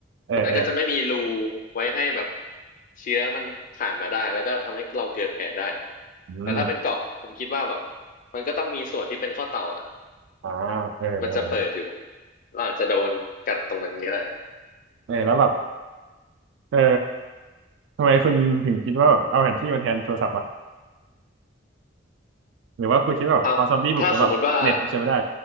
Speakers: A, on the right (about 70°); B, on the left (about 45°).
A: เออเออ
B: มันก็จะไม่มีรูไว้ให้แบบเชื้อมันผ่านมาได้แล้วก็ทำให้เราเกิดแผลได้
A: อืม
B: แต่ถ้าเป็นเกาะผมคิดว่าแบบมันก็ต้องมีส่วนที่เป็นข้อต่ออ่ะ
A: อ่าเออเออเออ
B: มันจะเปิดอยู่เราอาจจะโดนกัดตรงนั้นก็ได้
A: เออแล้วแบบเออทำไมคุณถึงคิดว่าแบบเอาแผนที่มาแทนโทรศัพท์อ่ะหรือว่าคุณคิดว่าแบบพอซอมบี้บุกแล้วแบบเน็ตใช้ไม่ได้
B: เอาถ้าสมมติว่า